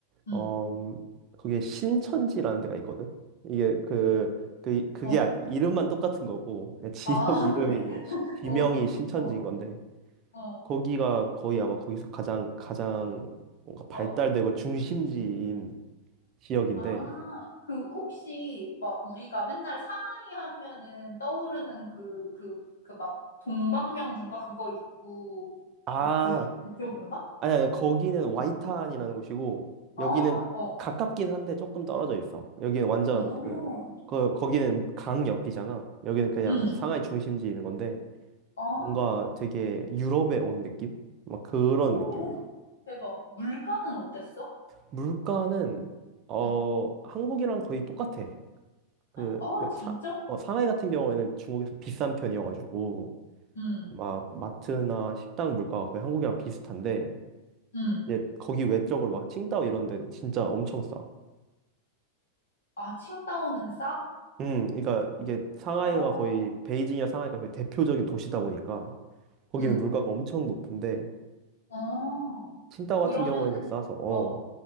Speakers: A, on the left; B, on the right.
A: 응,
B: 어, 음, 거기에 신천지라는 데가 있거든. 이게 그 그, 그게
A: 어.
B: 아니- 이름만 똑같은 거고 그냥 <laughs>
A: 아, <laughs>
B: 지역 이름이
A: 그래?
B: 시- 지명이
A: 어,
B: 신천지인
A: 어,
B: 건데
A: 어,
B: 거기가 거의 아마 거기서 가장 가장 뭔가 발달되고
A: 어.
B: 중심지인 지역인데
A: 아, 그 혹시 막 우리가 맨날 상하이 하면은 떠오르는 그 그 그 막 동방명주인가 그거 있고
B: 아
A: 그 그 그쪽인가?
B: 아니, 아니, 거기는 와이탄이라는 곳이고,
A: 아,
B: 여기는
A: 어.
B: 가깝긴 한데 조금 떨어져 있어. 여기는 완전
A: 오.
B: 그, 거, 거기는 강 옆이잖아. 여기는 그냥
A: 응.
B: 상하이 중심지에 있는 건데,
A: 아.
B: 뭔가 되게 유럽에 온 느낌? 막 그런
A: 오.
B: 느낌이야.
A: 대박. 물가는 어땠어?
B: 물가는, 어,
A: 어.
B: 한국이랑 거의 똑같아. 그,
A: 아, 진짜?
B: 사, 어, 상하이 같은 경우에는 중국에서 비싼 편이어가지고,
A: 응.
B: 막 마트나 식당 물가가 거의 한국이랑 비슷한데,
A: 응.
B: 이제 거기 외적으로 막 칭다오 이런 데는 진짜 엄청 싸.
A: 아, 칭다오는 싸?
B: 음, 그러니까 이게 상하이가
A: 아.
B: 거의 베이징이나 상하이가 거의 대표적인 도시다 보니까 거기는
A: 응.
B: 물가가 엄청 높은데
A: 어.
B: 칭다오
A: 그러면은
B: 같은 경우에는 싸서 어.
A: 어.